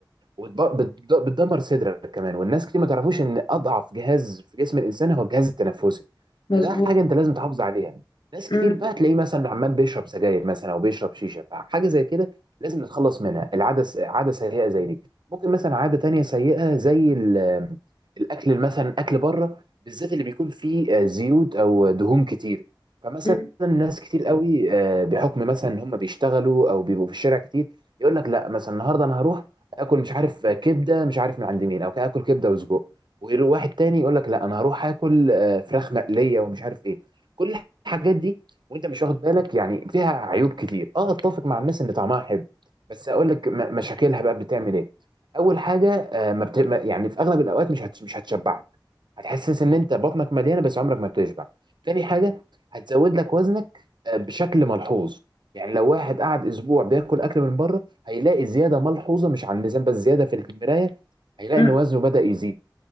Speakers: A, on the right (about 70°); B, on the left (about 80°).
A: وبتدمر صدرك كمان والناس كتير ما تعرفوش ان اضعف جهاز في جسم الانسان هو الجهاز التنفسي
B: مظبوط
A: فده حاجه انت لازم تحافظ عليها ناس كتير
B: أم،
A: بقى تلاقيه مثلا عمال بيشرب سجاير مثلا او بيشرب شيشه فحاجه زي كده لازم نتخلص منها العاده س- عاده سيئه زي دي ممكن مثلا عاده تانية سيئه زي ال- الاكل مثلا اكل بره بالذات اللي بيكون فيه آه، زيوت او دهون كتير فمثلا
B: أم،
A: ناس كتير قوي آه، بحكم مثلا ان هم بيشتغلوا او بيبقوا في الشارع كتير يقول لك لا مثلا النهارده انا هروح اكل مش عارف آه، كبده مش عارف من عند مين او اكل كبده وسجق ويروح واحد تاني يقول لك لا انا هروح اكل آه، فراخ مقليه ومش عارف ايه كل الحاجات دي وانت مش واخد بالك يعني فيها عيوب كتير اه اتفق مع الناس ان طعمها حلو بس اقول لك م- مشاكلها بقى بتعمل ايه اول حاجه آه، ما بت... ما- يعني في اغلب الاوقات مش هت... مش هتشبعك هتحسس ان انت بطنك مليانه بس عمرك ما بتشبع تاني حاجه هتزود لك وزنك آه، بشكل ملحوظ يعني لو واحد قعد اسبوع بياكل اكل من بره هيلاقي زياده ملحوظه مش على الميزان بس زياده في المرايه هيلاقي
B: أم.
A: ان وزنه بدأ يزيد